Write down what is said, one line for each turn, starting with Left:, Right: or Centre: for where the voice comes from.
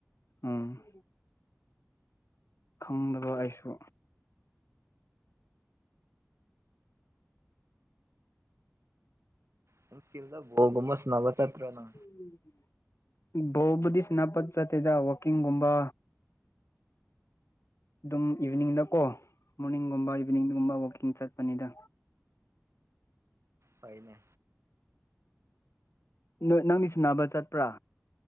Left: ꯎꯝ ꯈꯪꯗꯕ ꯑꯩꯁꯨ
Right: ꯅꯨꯡꯇꯤꯜꯗ ꯕꯣꯜ ꯒꯨꯝꯕ ꯁ꯭ꯅꯥꯕ ꯆꯠꯇ꯭ꯔꯥ ꯅꯥ?
Left: <unintelligible> ꯕꯣꯜꯕꯨꯗꯤ ꯁ꯭ꯅꯥꯕ ꯆꯠꯇꯦꯗ ꯋꯥꯀꯤꯡꯒꯨꯝꯕ ꯑꯗꯨꯝ ꯏꯚꯤꯅꯤꯡꯗꯀꯣ ꯃꯣꯔꯅꯤꯡꯒꯨꯝꯕ ꯏꯚꯤꯅꯤꯡꯗꯒꯨꯝꯕ ꯋꯛꯀꯤꯡ ꯆꯠꯄꯅꯤꯗ
Right: ꯐꯩꯅꯦ
Left: ꯅꯣꯏ ꯅꯪꯗꯤ ꯁꯟꯅꯕ ꯆꯠꯄ꯭ꯔꯥ?